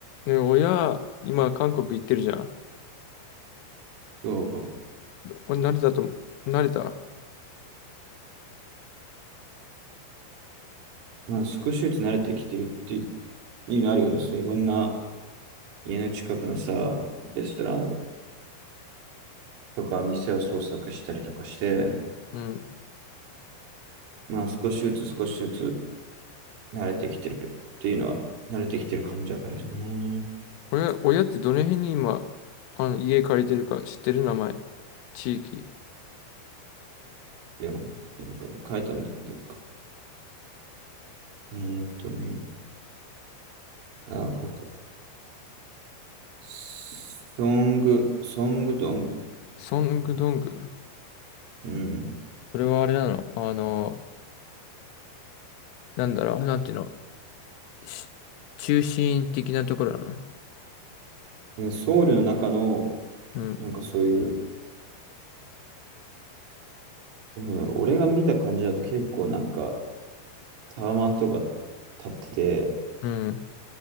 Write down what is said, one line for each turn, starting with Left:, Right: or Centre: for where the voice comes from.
Left: ね、親、今、韓国行ってるじゃん。
Right: そ
Left: これ慣れたと思う、慣れた
Right: う。まあ、少しずつ慣れてきてるっていうのあるよね。そう、いろんな家の近くのさ、レストランをとか店を捜索したりとかして、
Left: うん。
Right: まあ少しずつ少しずつ慣れてきてるっていうのは、慣れてきてる感じはあるね。
Left: 親、親ってどの辺に今、あの、家借りてるか知ってる名前。地域。
Right: いや、なんか書いたんだけど、どっか。えーっとね、あ、これか。ソング、ソングドング。
Left: ソングドング。
Right: う
Left: それはあれなのあの、なんだろう、なんていうのし中心的なところだな
Right: ん。ソウルの中の、
Left: の
Right: なんかそういう、なんだろう、俺が見た感じだと結構なんか、タワマンとか建ってて、
Left: うん。うん。